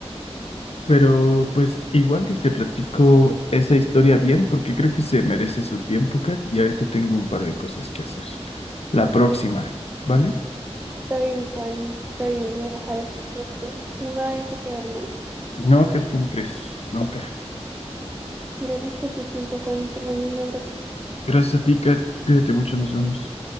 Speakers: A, on the left; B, on the right.
A: Pero pues igual y te platico esa historia bien porque creo que se merece su tiempo, Kat, y ahorita tengo un par de cosas que hacer. La próxima, ¿vale?
B: Está bien, Juani, está bien, lo dejaré pendiente. No me vayas a quedar mal.
A: No, Kat, ¿cómo crees? No, Kat.
B: Gracias por tu tiempo, Juani, te mando un abrazo.
A: Gracias a ti, Kat. Cuídate mucho, nos vemos.